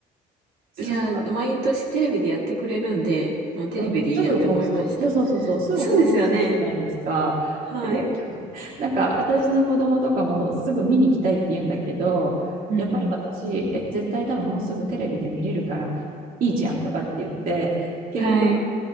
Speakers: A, on the right; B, on the right.
A: そっか。
B: いや、毎年テレビでやってくれるんで、もうテレビでいいやって思いました。
A: うん、すぐ放送。そうそうそうそう。すぐ放送するじゃないですか。
B: そうですよね。はい。
A: で、なんか私の子供とかもすぐ見に行きたいって言うんだけど、
B: うんうん。
A: やっぱり私、え、絶対多分もうすぐテレビで見れるからいいじゃんとかって言って、結局、
B: はい。